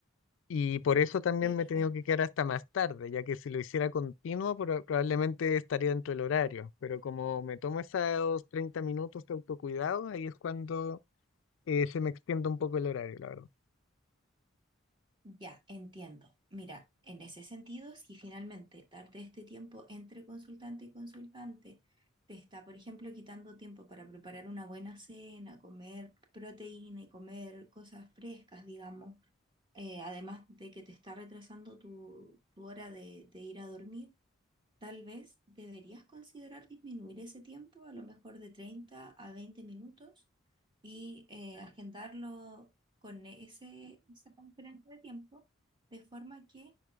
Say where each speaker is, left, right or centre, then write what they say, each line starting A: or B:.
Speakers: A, on the left; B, on the right.
A: Y por eso también
B: Perfecto.
A: me he tenido que quedar hasta más tarde, ya que si lo hiciera continuo, proba- probablemente estaría dentro del horario. Pero como me tomo esos 30 minutos de autocuidado, ahí es cuando eh, se me extiende un poco el horario, la verdad.
B: Ya, entiendo. Mira, en ese sentido, si finalmente darte este tiempo entre consultante y consultante te está, por ejemplo, quitando tiempo para preparar una buena cena, comer proteína y comer cosas frescas, digamos, eh, además de que te está retrasando tu, tu hora de, de ir a dormir, tal vez deberías considerar disminuir ese tiempo, a lo mejor de 30 a 20 minutos, y eh, agendarlo con ese, esa conferencia de tiempo, de forma que